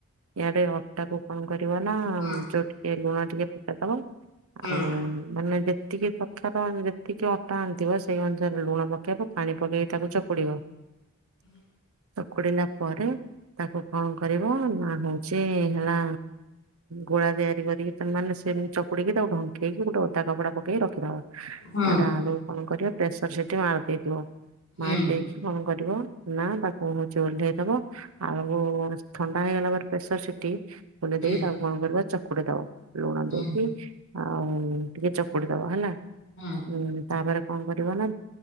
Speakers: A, on the right; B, on the left.
A: ଇଆଡେ ଅଟାକୁ କଣ କରିବ ନା
B: ହଁ
A: ଯୋଉ ଟିକେ ଲୁଣ ଟିକେ ପକେଇଦବ।
B: ହଁ
A: ଆଉ ମାନେ ଯେ ଯେତିକି ଦରକାର ଯେତିକି ଅଟା ଆଣିଥିବ ସେଇ ଅନୁସାରେ ଲୁଣ ପକେଇବ, ପାଣି ପକେଇ ତାକୁ ଚକୁଡିବ।
B: <unintelligible>
A: ଚକୁଡିନା ପରେ ତାକୁ କଣ କରିବ ନା ହଉଛି ହେଲା ଗୁଳା ତିଆରି କରିକି ସେମାନେ ସେମିତି ଚକୋଡିକି ତାକୁ ଢଙ୍କେଇକି ଗୋଟେ ଓଦା କପଡ଼ା ପକେଇ ରଖିଦବ।
B: ହଁ।
A: ଆଡେ ଆଳୁକୁ କଣ କରିବ ପ୍ରେସର ସିଟି ମାରି ଦେଇଥିବ।
B: ହୁଁ
A: ମାରି ଦେଇକି କଣ କରିବ, ନା ତାକୁ ହଉଛି ଓହ୍ଲେଇଦବ। ଆଳକୁ ଥଣ୍ଡା ହେଇଗଲା ପରେ ପ୍ରେସର ସିଟି ଓହ୍ଲେଦେଇ
B: ହୁଁ
A: ତାକୁ କଣ କରିବ ଚକୋଡି ଦବ ଲୁଣ
B: ହୁଁ
A: ଦେଇକି। ଆଉ ଟିକେ ଚକୋଡି ଦବ ହେଲା।
B: ହୁଁ।
A: ହୁଁ ତାପରେ କଣ କରିବ ନା